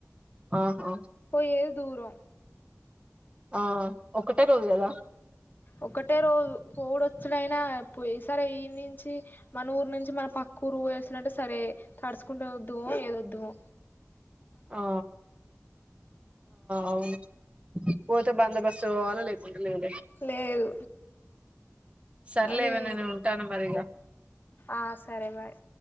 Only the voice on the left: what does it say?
పోయేది దూరం
ఒకటే రోజు పోవుడోచుడైన పోయి ఈ సరే, ఈ నుంచి మన ఊరు నుంచి మన పక్కు. నువ్వు పోయేస్తానంటే సరే తడుచుకుంట వద్దుమో ఏదోద్దుమో.
లేదు
అదే
ఆ సరే బాయ్